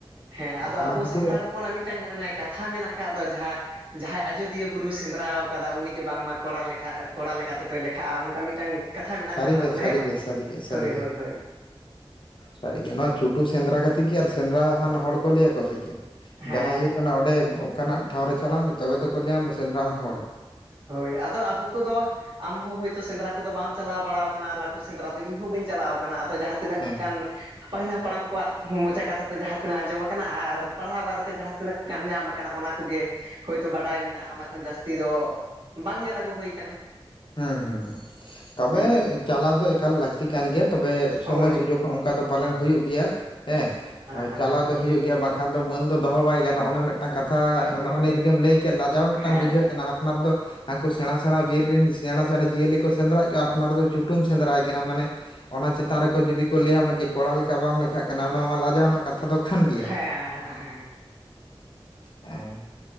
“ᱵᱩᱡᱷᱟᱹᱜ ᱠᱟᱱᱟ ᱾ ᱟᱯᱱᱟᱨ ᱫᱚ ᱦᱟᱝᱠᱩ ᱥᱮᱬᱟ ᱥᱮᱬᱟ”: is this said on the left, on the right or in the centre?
Left